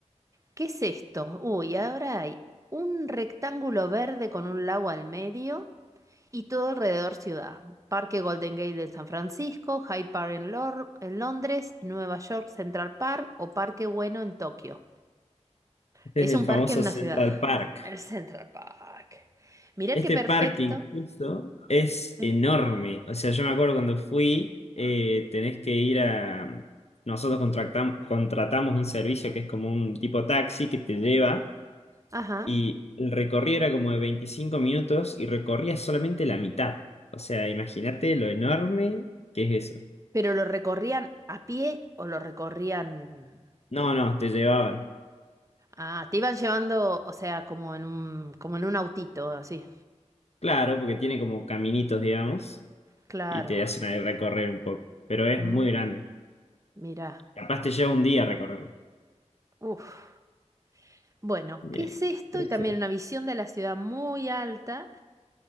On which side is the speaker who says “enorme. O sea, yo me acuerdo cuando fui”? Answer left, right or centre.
Left